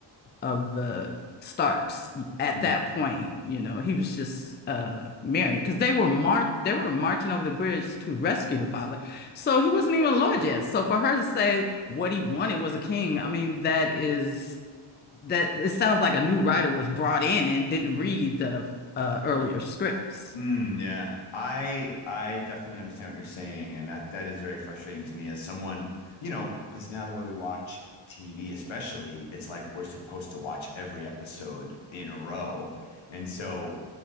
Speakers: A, on the left (about 25°); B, on the left (about 75°).
A: of the Starks at
B: Hmm.
A: that point, you know, he was just uh married because they were mar they were marching over the bridge to rescue the father. So he wasn't even a lord yet. So for her to say what he wanted was a king, I mean, that is that it sounds like a new writer was brought in and didn't read the uh, earlier scripts.
B: Mm, yeah. I I definitely understand what you're saying, and that that is very frustrating to me as someone, you know, because now the way we watch TV, especially, it's like we're supposed to watch every episode in a row. And so,